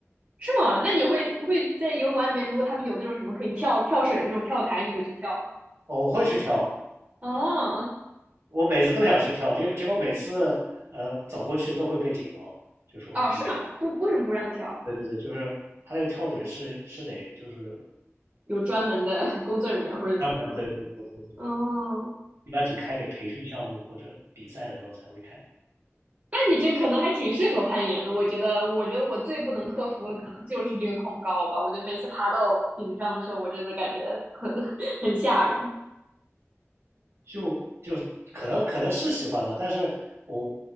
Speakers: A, on the right (about 30°); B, on the right (about 65°).
A: 是吗？那你会会在游泳馆里面，如果他们有那种什么可以跳跳水的那种跳台，你会去跳吗？
B: 哦我会去跳，
A: 哦
B: 我每次都想去跳，结结果每次呃走过去都会被警告，就说你
A: 哦，是吗？不，为什么不让跳？
B: 对对对，就是他那个跳水是是得就是
A: 有专门的 <laughs> 工作人员或者怎么的吗？
B: 嗯对对对对对对，
A: 哦，
B: 一般只开给培训项目或者比赛的时候才会开。
A: 那你这可能还挺适合攀岩的，我觉得，我觉得我最不能克服的可能就是这个恐高吧。我觉得每次爬到顶上的时候，我真的感觉很 <laughs> 很吓人
B: 就就可能可能是喜欢吧，但是我